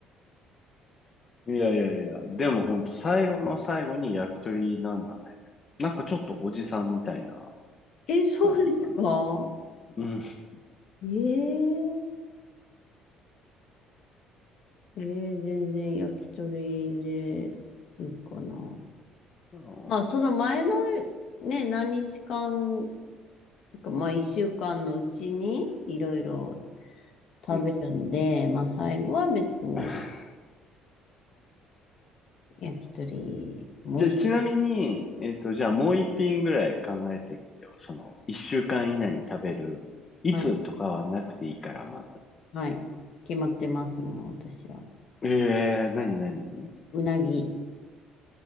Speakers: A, on the left (about 35°); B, on the left (about 60°).
A: いやいやいや、でも本当最後の最後に焼き鳥なんだね。なんかちょっとおじさんみたいな
B: え、そうですか
A: 最後だね。うん。
B: えー、えー全然焼き鳥でいいかな。
A: あー
B: まあ、その前のね、何日間か、まあ、一週間のうちにいろいろ食べるんで、
A: うん。
B: まあ、最後は別に
A: <laughs>
B: 焼き鳥も美味しい。
A: じゃあ、ちなみに、えっと、じゃあもう一品ぐらい考えてみてよ。その、一週間以内に食べる。いつとかはなくていいから、
B: はい、
A: まず。
B: はい。決まってます、もう私は。
A: ええー、なになに
B: うなぎ。